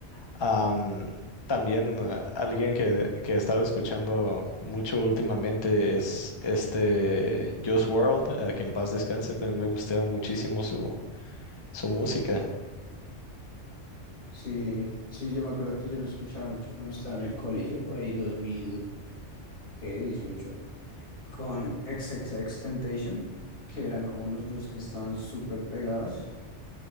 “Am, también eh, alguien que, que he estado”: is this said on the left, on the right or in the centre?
Left